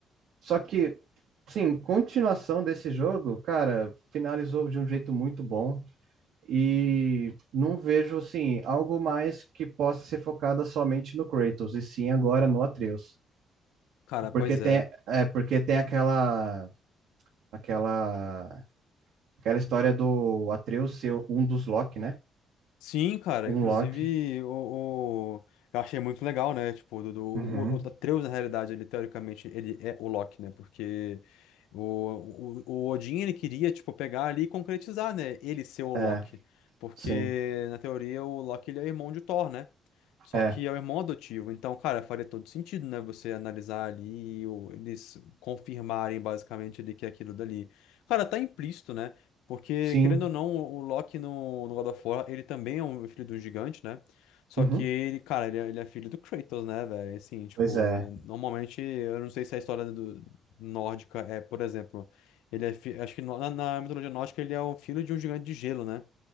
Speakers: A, on the right (about 75°); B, on the left (about 85°).
A: Só que, sim, continuação desse jogo, cara, finalizou de um jeito muito bom. E não vejo, assim, algo mais que possa ser focada somente no Kratos, e sim agora no Atreus.
B: Cara, pois
A: Porque tem,
B: é.
A: é, porque tem aquela, aquela, aquela história do Atreus ser um dos Loki, né?
B: Sim, cara,
A: Um
B: inclusive
A: Loki.
B: o, o- eu achei muito legal, né? Tipo, do, do- o,
A: Uhum.
B: o Atreus, na realidade, ele teoricamente ele é o Loki, né? Porque o, o, o Odin ele queria, tipo, pegar ali e concretizar, né? Ele ser o Loki.
A: É,
B: Porque,
A: sim.
B: na teoria, o Loki ele é irmão de Thor, né? Só
A: É,
B: que é o irmão adotivo. Então, cara, faria todo sentido, né? Você analisar ali, e o- eles confirmarem basicamente ali que é aquilo dali. Cara, tá implícito, né? Porque,
A: sim.
B: querendo ou não, o Loki no, no God of War, ele também é um filho do gigante, né? Só
A: Uhum.
B: que ele, cara, ele é, ele é filho do Kratos, né, velho? Assim, tipo,
A: Pois é.
B: normalmente, eu não sei se a história do, nórdica é, por exemplo, ele é, fi- acho que no- na, na mitologia nórdica ele é o filho de um gigante de gelo, né?